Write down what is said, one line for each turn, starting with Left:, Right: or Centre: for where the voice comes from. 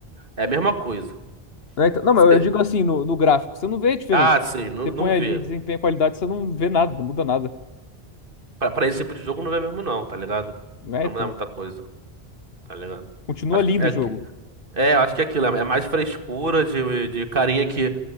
Right: é a mesma coisa.
Left: né? Então- Não, mas
Right: Se-
Left: eu digo assim, no, no gráfico, você não vê diferença.
Right: ah, sim, não,
Left: Você põe
Right: não
Left: ali
Right: vê.
Left: desempenho e qualidade, você não vê nada, não muda nada.
Right: Pra, pra esse tipo de jogo não vê mesmo não, tá ligado?
Left: Né?
Right: Não vai
Left: Então,
Right: mudar muita coisa, tá ligado?
Left: continua
Right: Acho
Left: lindo
Right: que é,
Left: o jogo.
Right: que- é, eu acho que é aquilo, é é mais frescura de, de carinha que